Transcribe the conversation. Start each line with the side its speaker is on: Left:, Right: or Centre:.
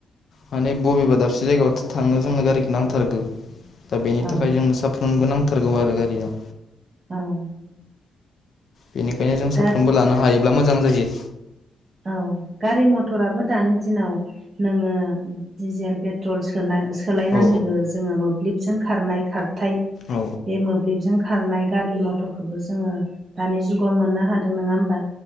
Left: माने बबेबा दाबसे जायगायाव' थांनो जोंनो गारिखौ नांथारगौ दा बेनि
Right: औ
Left: थाखाय जोंनो साफ फ्रोमनोबो नांथारगौ आरो गारिखौ
Right: औ
Left: बेनिखायनो जों
Right: दा
Left: साफ्रोमबो लानो हायोब्ला मोजां जायो
Right: औ गारि मथराबो दानि दिनाव नोङो डिजेल पेट्रल सोनाय सोलायनाङैबो
Left: औ
Right: जोङो मोब्लिबजों खारनाय खार हाथाय बे
Left: औ
Right: मोब मोब्लिबजों खारनाय गारि मथरखौबो जोङो दानि जुगाव मोननो हादों नङा होमबा